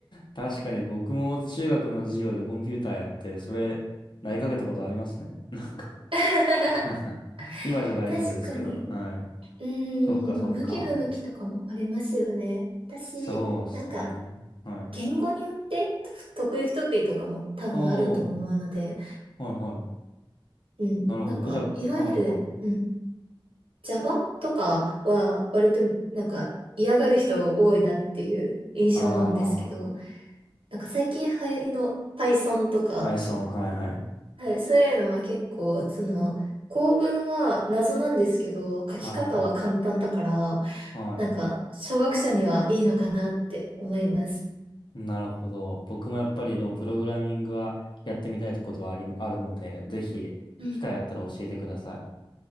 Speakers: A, on the left; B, on the right.
A: 確かに僕も中学の授業でコンピューターやって、それ、なりかけたことありますね。<laughs> なんか
B: <laughs>
A: <laughs> 今じゃ大丈夫ですけど。
B: 確かに。
A: はい。
B: うーん、
A: そっか、そっか。
B: まあ、向き不向きとかもありますよね。私、
A: そうですね。
B: なんか、
A: はい。
B: 言語によってと得意不得意とかも多分あると思うので、
A: おー、はいはい。
B: うん、
A: なるほど。
B: なんか、
A: えじゃあ、
B: いわゆる、
A: はいはい。
B: うん、Java とかは割となんか嫌がる人多いなっていう印象なんですけど、
A: あ
B: なんか最近流行りの Python とか、
A: ー、Python、はいはい。
B: はい、そういうのは結構、その、構文は謎なんですけど、書き方は簡単だから、
A: はい。はい。
B: なんか、小学者にはいいのかなって思います。
A: なるほど。僕もやっぱりでもプログラミングはやってみたいところはあり、あるので、ぜひ機会あったら教えてください。
B: うん。